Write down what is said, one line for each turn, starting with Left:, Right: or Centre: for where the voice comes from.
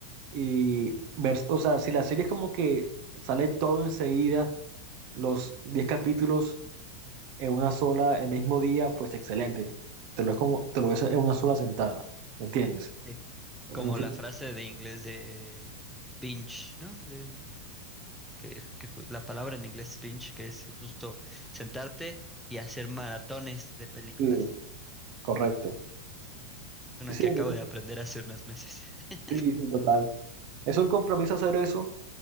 Right: y ver, o sea, si la serie es como que sale todo enseguida, los 10 capítulos en una sola, el mismo día, pues excelente. Te lo, es como, te lo ves en una sola sentada, ¿me entiendes?
Centre: sí.
Right: En
Centre: Como
Right: un fin
Centre: la
Right: de-
Centre: frase de inglés de binge, ¿no? De, que, que ju- la palabra en inglés es binge, que es justo sentarte y hacer maratones de películas.
Right: sí, correcto.
Centre: Es una
Right: Sí,
Centre: que
Right: entonces,
Centre: acabo de aprender hace unos meses. <laughs>
Right: sí, sí, total. Es un compromiso hacer eso